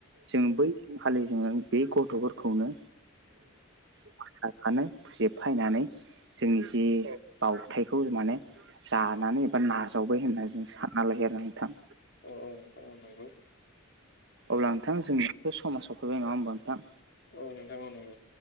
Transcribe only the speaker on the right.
जों बैखालि जोङो बे गथ'फोरखौनो <unintelligible> फायनानै जोंनि जि बावथायखौ माने जानानै एबा नाजावबाय होननानै जों सानना लायो आरो नोंथां
अब्ला नोंथां जोंनिथ' समा सफैबाय नङा होमबा नोंथां